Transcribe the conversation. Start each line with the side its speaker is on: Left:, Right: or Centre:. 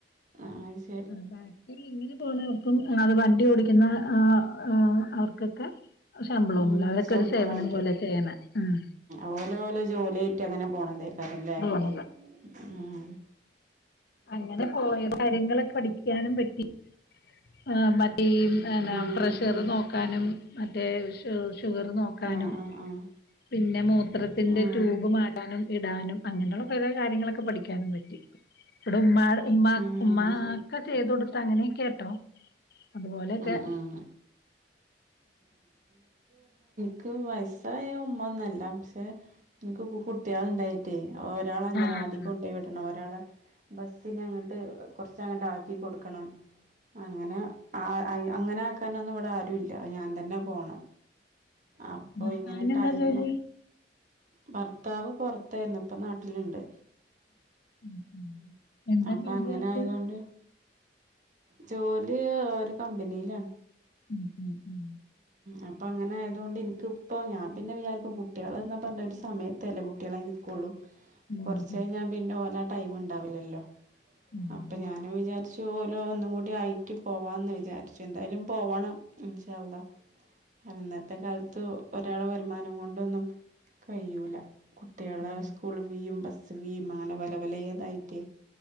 Right: ആ അയ്ശെ
Left: ആ ബാക്കി ഇങ്ങനെ പോണവർക്കും അത് വണ്ടി ഓടിക്കുന്ന ആ അവർക്കൊക്കെ ശമ്പളൊന്നുല്ല
Right: ആഹ്
Left: അവരൊക്കെ
Right: ശമ്പളണ്ട്
Left: ഒരു സേവനം പോലെ ചെയ്യണെ ആഹ്
Right: ഓല് ഓലെ ജോലിയായിറ്റ് അങ്ങനെ പോണല്ലെ കാരംല്ലേ
Left: പോണത്
Right: ആഹ്
Left: അങ്ങനെ പോയ കാര്യങ്ങളൊക്കെ പഠിക്കാനും പറ്റി ആ മറ്റേ ഈ ന്നെ
Right: ഉം
Left: പ്രഷർ
Right: ഉം
Left: നോക്കാനും മറ്റേ ഷു ഷുഗറ് നോക്കാനും
Right: ആഹ് ആഹ് ആഹ്
Left: പിന്നെ മൂത്രത്തിന്റെ
Right: ഉം
Left: ട്യൂബ് മാറ്റാനും ഇടാനും അങ്ങനെള്ള കൊറേ കാര്യങ്ങളൊക്കെ പഠിക്കാനും പറ്റി ഇവിടെ ഉമ്മായ്ടെ ഉമ്മാ
Right: ഉം
Left: ഉമ്മാക്കെ
Right: ശരി
Left: ചെയ്ത കൊടുത്ത് അങ്ങനെയെക്കെയാട്ടോ അതുപോലെയൊക്കെ
Right: ഉം ഉം ഇൻക്ക് വയസ്സായ ഉമ്മ ഒന്നല്ല പക്ഷെ ഇൻക്ക് കുട്ടിയാള്ണ്ടായി റ്റെ ഒരാളെ അംഗനവാടിക്ക്
Left: ആഹ്
Right: കൊണ്ടോയി വിടണം ഒരാളെ ബസ്സിന അങ്ങട്ട് കൊറച്ചങ്ങട്ട് ആക്കി കൊട്ക്കണം. അങ്ങനെ ആ അങ്ങനെ ആക്കാന് ഒന്നും ഇവിടെ ആരുല്ല ഞാൻ തന്നെ പോണം അപ്പൊ
Left: ഭർത്താവിന്
Right: ഇങ്ങനെ
Left: എന്താ
Right: ടൈമ്.
Left: ജോലി
Right: ഭർത്താവ് പൊറത്തെയിന്നു ഇപ്പ നാട്ടിലുണ്ട്
Left: ഉം എന്താ
Right: അപ്പോൾ
Left: ജോലിയ
Right: അങ്ങനെ
Left: ആക്ക്
Right: ആയതുകൊണ്ട് ജോലി ഒരു കമ്പനീലാണ്
Left: ഉം ഉം ഉം
Right: അപ്പ അങ്ങനെ ആയതുകൊണ്ട് ഇൻക്കിപ്പോ ഞാൻ പിന്നെ വിചാരിക്കും കുട്ടിയാൾന്നാ പറഞ് ഒരു സമയത്ത അല്ലേ കുട്ടികളെ നിൽ ക്കൊളു
Left: ഉം
Right: കൊറച്ച
Left: ഉം
Right: കയിഞ്ഞാ പിന്നെ ഓനാ ടൈമ് ഇണ്ടാവില്ലല്ലോ
Left: ഉം
Right: അപ്പൊ ഞാനും വിചാരി ച്ചു ഓലു ഒന്നും കൂടി ആയിട്ട് പോവാന്ന് വിചാരിച്ചു എന്തായാലും പോവണം ഇൻഷാ അള്ളാ അന്നത്തെ കാലത്ത് ഒരാളെ വരുമാനം കൊണ്ടൊന്നും കഴിയൂല കുട്ടിയാളെ
Left: ഉം
Right: സ്കൂള് ഫീയും ബസ്സ് ഫീയും അങ്ങനെ പലെ പലെതായിട്ടേ